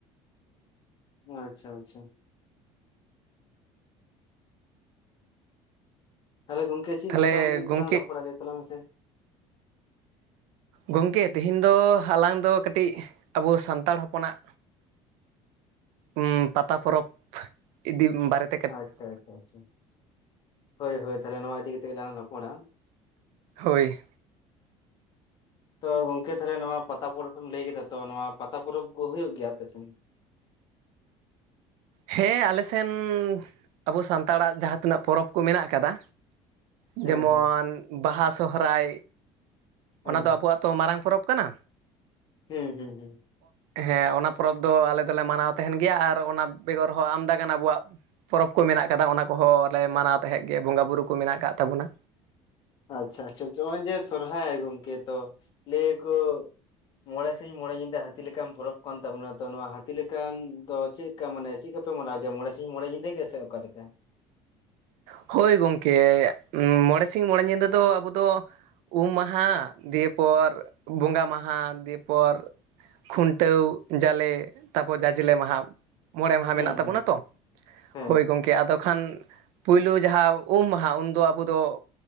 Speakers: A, on the left; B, on the right.
A: ᱟᱪᱪᱷᱟ ᱟᱪᱪᱷᱟ᱾ ᱛᱟᱦᱞᱮ ᱜᱚᱝᱠᱮ ᱪᱤᱜ
B: ᱛᱟᱦᱚᱞᱮ
A: ᱥᱟᱛᱟᱢ ᱤᱫᱤ ᱠᱟᱛᱮ
B: ᱜᱚᱝᱠᱮ
A: ᱞᱟᱝ ᱨᱚᱯᱚᱲᱟ ᱞᱟᱹᱭ ᱛᱟᱞᱟᱝ ᱢᱮ ᱥᱮ?
B: ᱜᱚᱝᱠᱮ ᱛᱤᱦᱤᱧ ᱫᱚ ᱦᱟᱞᱟᱝ ᱫᱚ ᱠᱟᱹᱴᱤᱡ ᱟᱵᱚ ᱥᱟᱱᱛᱟᱲ ᱦᱚᱯᱚᱱᱟᱜᱼᱼ ᱩᱢ ᱯᱟᱛᱟ ᱯᱚᱨᱚᱯ ᱤᱫᱤᱢ ᱵᱟᱨᱮᱛᱼᱼ
A: ᱟᱪᱪᱷᱟ ᱟᱪᱷᱟ ᱟᱪᱷᱟ ᱦᱳᱭ ᱦᱳᱭ ᱛᱟᱦᱞᱮ ᱱᱚᱣᱟ ᱤᱫᱤ ᱠᱟᱛᱮᱜ ᱜᱮ ᱨᱚᱯᱚᱲᱟ᱾
B: ᱦᱳᱭ
A: <inaudible> ᱛᱚ ᱜᱚᱝᱠᱮ ᱛᱟᱦᱚᱞᱮ ᱱᱚᱣᱟ ᱯᱟᱛᱟ ᱯᱚᱨᱚᱵᱽ ᱮᱢ ᱞᱟᱹᱭ ᱠᱮᱫᱟ ᱛᱚ ᱱᱚᱣᱟ ᱯᱟᱛᱟ ᱯᱚᱨᱚᱵᱽ ᱠᱚ ᱦᱩᱭᱩᱜ ᱜᱮᱭᱟ ᱟᱯᱮᱥᱮᱱ
B: ᱦᱮᱸ ᱟᱞᱮ ᱥᱮᱱ ᱟᱵᱚ ᱥᱟᱱᱛᱟᱲᱟᱜ ᱡᱟᱦᱟᱸ ᱛᱤᱱᱟᱹᱜ ᱯᱚᱨᱚᱵᱽ ᱠᱚ ᱢᱮᱱᱟᱜ ᱠᱟᱫᱟ
A: ᱦᱮᱸ
B: ᱡᱮᱢᱚᱱ
A: ᱦᱮᱸ
B: ᱵᱟᱦᱟ ᱥᱚᱦᱨᱟᱭ ᱚᱱᱟ
A: ᱦᱮᱸ
B: ᱫᱚ ᱟᱵᱚᱣᱟᱜ ᱛᱚ ᱢᱟᱨᱟᱝ ᱯᱚᱨᱚᱵᱽ ᱠᱟᱱᱟ᱾
A: ᱦᱩᱸ ᱦᱩᱸ ᱦᱩᱸ
B: ᱦᱮᱸ ᱚᱱᱟ ᱯᱚᱨᱚᱵᱽ ᱫᱚ ᱟᱞᱮ ᱫᱚᱞᱮ ᱢᱟᱱᱟᱣ ᱛᱟᱦᱮᱱ ᱜᱮᱭᱟ ᱟᱨ ᱚᱱᱟ ᱵᱮᱜᱚᱨ ᱦᱚᱸ ᱟᱢᱫᱟ ᱜᱟᱱ ᱟᱵᱚᱣᱟᱜ ᱯᱚᱨᱚᱵᱽ ᱠᱚ ᱢᱮᱱᱟᱜ ᱟᱠᱟᱫᱟ ᱚᱱᱟ ᱠᱚᱦᱚᱸ ᱞᱮ ᱢᱟᱱᱟᱣ ᱛᱟᱦᱮᱸᱫ ᱜᱮ ᱵᱚᱸᱜᱟ ᱵᱩᱨᱩ ᱠᱚ ᱢᱮᱱᱟᱜ ᱟᱠᱟᱫ ᱛᱟᱵᱚᱱᱟ᱾
A: ᱟᱪᱪᱷᱟ ᱟᱪᱪᱷᱟ ᱱᱚᱜᱼᱚᱭ ᱡᱮ ᱥᱚᱨᱦᱟᱭ ᱜᱚᱝᱠᱮ ᱛᱚ ᱞᱟᱹᱭ ᱟᱠᱚᱼᱼ ᱢᱚᱬᱮ ᱥᱤᱧ ᱢᱚᱬᱮ ᱧᱤᱫᱟᱹ ᱦᱟᱹᱛᱤ ᱞᱮᱠᱟᱱ ᱯᱚᱨᱚᱵᱽ ᱠᱟᱱ ᱛᱟᱵᱚᱱᱟ ᱛᱚ ᱱᱚᱣᱟ ᱦᱟᱛᱤ ᱞᱮᱠᱟᱱ ᱫᱚ ᱪᱮᱜ? ᱠᱟ ᱢᱟᱱᱮ ᱪᱮᱫ ᱠᱟ ᱯᱮ ᱢᱟᱱᱟᱣ ᱜᱮᱭᱟ ᱢᱚᱬᱮ ᱥᱤᱧ ᱢᱚᱬᱮ ᱧᱤᱫᱟᱹ ᱜᱮᱥᱮ ᱚᱠᱟᱞᱮᱠᱟ?
B: ᱦᱳᱭ ᱜᱚᱢᱠᱮ ᱢᱚᱬᱮ ᱥᱤᱧ ᱢᱚᱬᱮ ᱧᱤᱫᱟᱹ ᱫᱚ ᱟᱵᱚ ᱫᱚ ᱩᱢ ᱢᱟᱦᱟ ᱫᱤᱭᱮᱯᱚᱨ ᱵᱚᱸᱜᱟ ᱢᱟᱦᱟ ᱫᱤᱭᱮᱯᱚᱨ ᱠᱷᱩᱱᱴᱟᱹᱣ ᱡᱟᱞᱮ ᱛᱟᱯᱚᱨ ᱡᱟᱡᱽᱞᱮ ᱢᱟᱦᱟ ᱢᱚᱬᱮ ᱢᱟᱦᱟ
A: ᱦᱩᱸ
B: ᱢᱮᱱᱟᱜ ᱛᱟᱵᱚᱱᱟ
A: ᱦᱩᱸ
B: ᱛᱚ
A: ᱦᱮᱸ
B: ᱦᱳᱭ ᱜᱚᱢᱠᱮ ᱟᱫᱚ ᱠᱷᱟᱱ ᱯᱩᱭᱞᱩ ᱡᱟᱦᱟᱸ ᱩᱢ ᱢᱟᱦᱟ ᱩᱱᱫᱚ ᱟᱵᱚ ᱫᱚ